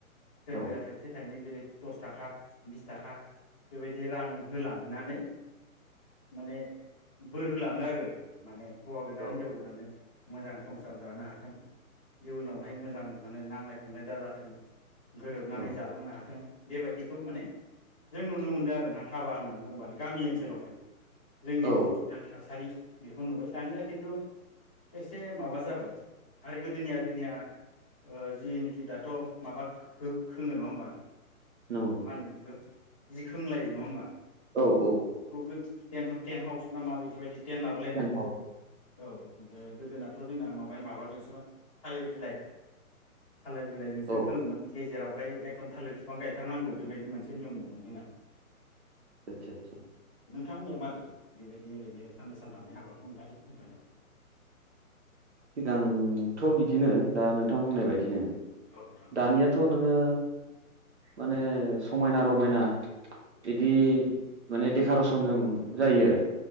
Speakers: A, on the left; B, on the right.
A: सोरबाया
B: औ
A: थाइसे थाइनै जेरै दस थाखा बिस थाखा बेबायदि रां होलांनानै माने बोर होलाङो आरो माने हौवा गोदान
B: औ
A: हिनजाव गोदाननो। मोजां संसार जानो हाथों इयुनावहाय मोजां माने नांजलाय खमलाय दाजाथों गोरोबनानै
B: औ
A: जालांनो हाथों बेबायदिखौ माने जों नुनो मोनदों आरो नोंथां। हाबा होननानै बुंङीबा आरो गामि ओनसोलावहाय जोंनि
B: औ
A: जिखि दा थासारि बेखौ नुबाय दानिया खिन्थु एसे माबा जाबाय आरो गीदीनिया जींनिया ओ जिनिखि दाथ' माबा खोङो नङा होमबा
B: नंगौ
A: मा होनो बिदिखौ जिखोंलायो नङा होमबा?
B: औ औ।
A: गो टेन-टेन हाउस ना बेफोरबायदि टेन लाबोलायनानै
B: टेन्ट हाउस
A: औ <unintelligible> गोदोनाथ जोंना माबाइ-माबाजोंसोमोन थालिर बिलाइ। थालिर बिलाइजोंसो
B: औ
A: खोङोमोन गेजेराव फाय एकदम थालिर बिफां गायथारनांगौ बेबायदि मोनसे नेम दंमोन जोंना।
B: आदसा-सा।
A: थांमोननिया मारै बेबायदि ओरैनो साननै सानथामनि हाबाखौ नोंथाङा एसे खोन्थालाय।
B: सिगांथ' बिदिनो दा नोंथां बुंनाय बायदिनो।
A: औ औ नोंथां
B: दानियाथ' नोङो माने समायना रमायना बिदि
A: औ
B: माने देफ। खार सनजों जायो आरो।